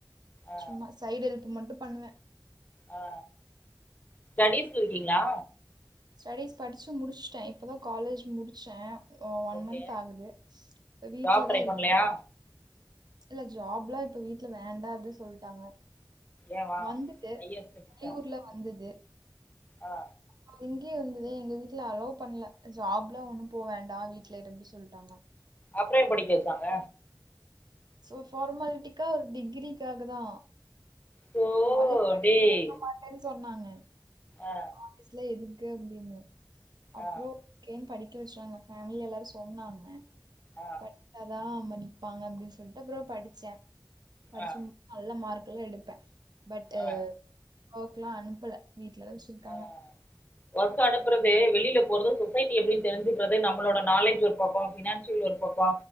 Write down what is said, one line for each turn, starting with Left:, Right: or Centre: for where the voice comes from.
Left: ஆ
Right: சும்மா சைடு எல்ப் மட்டு பண்ணுவே
Left: ஆ ஸ்டடிஸ்ல இருக்கீங்ளா
Right: ஸ்டடிஸ் படிச்சி முடிச்ட்டே இப்ப தா காலேஜ் முடிச்சே ஒ‌ ஒன்
Left: ஓகே
Right: மந்த் ஆகுது இப்ப வீட்லதா
Left: ஜாப் ட்ரை
Right: இருக்கே
Left: பண்ணலையா
Right: இல்ல ஜாப்ல்லா இப்ப வீட்ல்ல வேண்டா அப்டி சொல்ட்டாங்க
Left: ஏம்மா
Right: வந்தது
Left: ஹையர் ஸ்டடீஸா
Right: வெளியூர்ல வந்தது
Left: ஆ
Right: அது இங்கியு வந்ததே எங்க வீட்ல அலோ பண்ல ஜாப்ல்லா ஒண்ணு போ வேண்டா வீட்ல இரு அப்டி சொல்ட்டாங்க
Left: அப்றோ ஏ படிக்க வெச்சாங்க
Right: சோ ஃபார்மால்ட்டிக்கா ஒரு டிக்கிரிக்காக தா
Left: ஸோ
Right: காலேஜ் படிக்க
Left: டேய்
Right: வெக்க மாட்டேன் சொன்னாங்க
Left: ஆ
Right: காலேஜ்ல எதுக் கு அப்டின்னு அப்றோ
Left: ஆ
Right: ஏன் படிக்க வெச்சாங்க ஃபேமிலி எல்லாரு சொன்னாங்க
Left: ஆ
Right: படிச்சாதா மதிப்பாங்க அப்டி சொல்ட்டு அப்றோ படிச்சே படிச்சி
Left: ஆ
Right: மூ நல்ல மார்க்கெல்லா எடுப்பே பட்டூ
Left: ஆ
Right: ஓக்கலா அனுப்புல வீட்லதா வெச்சிருக்காங்க
Left: ஆ ஒர்க் அனுப்புறது வெளியில போறது சொசைட்டி எப்பிடின் தெரி்ஞ்சுக்றது நம்மளோட நாலேஜ் ஒரு பக்கோ ஃபினான்ஸ் சீல் ஒரு பக்கோ